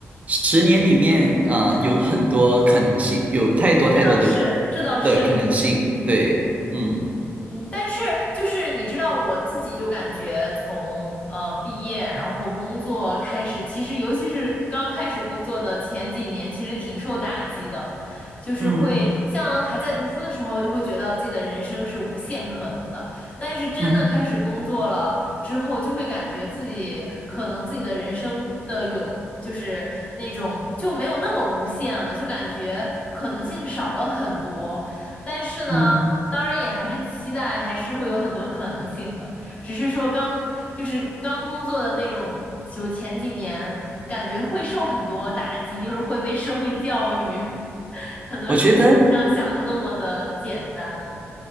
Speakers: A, on the right (about 30°); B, on the left (about 25°).
A: 十年里面，啊，呃有很多可能性，有太多太多的
B: 这倒是，这倒是。
A: 的可能性，对，嗯。
B: 嗯，但是就是你知道，我自己就感觉从呃毕业，然后工作开始，其实尤其是刚开始工作的前几年，其实挺受打击的，就是会像还在读书的时候，
A: 嗯
B: 就会觉得自己的人生是无限可能的，但是真的开始工作了之后，
A: 嗯
B: 就会感觉自己可能自己的人生的有。就是那种就没有那么无限了，就感觉可能性少了很多。但是呢，
A: 嗯
B: 当然也还是期待，还是会有很多可能性的。只是说刚就是刚工作的那种，就前几年感觉会受很多打击，就是会被社会教育，<laughs> 很多事情不像想的那么的简单。
A: 我觉得，